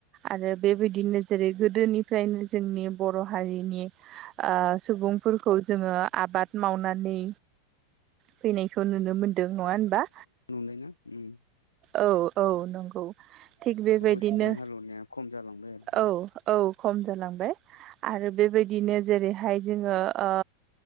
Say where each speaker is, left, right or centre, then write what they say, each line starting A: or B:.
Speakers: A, on the right; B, on the left.
A: आरो बेबायदिनो जेरै गोदोनिफ्रायनो जोंनि बर' हारिनि आ सुबुंफोरखौ जोङो आबाद मावनानै फैनायखौ नुनो मोन्दों नङा होनबा?
B: <unintelligible> उम।
A: औ औ नंगौ थिग बेबायदिनो
B: मोसौजों हालेवनाया खम जालांबाय आरो
A: औ औ खम जालांबाय आरो बेबायदिनो जेरै हाय जोङो ओ